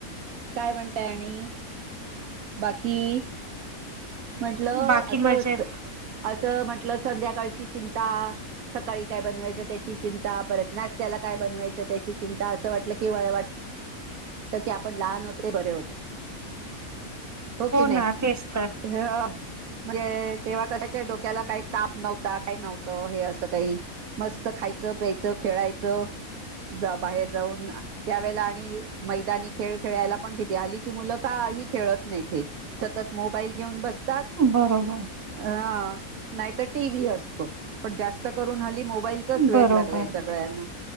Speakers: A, on the right (about 80°); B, on the right (about 15°).
A: काय म्हणताय आणि बाकी म्हंटलं
B: बाकी
A: असं
B: मजेत
A: असं म्हंटलं संध्याकाळची चिंता सकाळी काय बनवायचं त्याची चिंता परत नाशत्याला काय बनवायचं त्याची चिंता असं वाटलं की वाट की आपण लहान होतो बरे होत हो की नई.
B: ना तेच तर
A: म्हणजे तेव्हा कशाच्या डोक्याला काही ताप नव्हता काही नव्हतं हे असं काही मस्त खायचं प्यायचं खेळायचं जा बाहेर जाऊन त्यावेेला आणि मैदानी खेळ खेळायला पण घेते हल्लीची मुलं तर का खेळत नाही ते सतत मोबाईल घेऊन बसतात
B: बरोबर.
A: ह नाही टीव्ही असतो पण जास्त करून हल्ली मोबा मोबाईलचं च वेड
B: बरोबर
A: लागलाय सगळ्यांना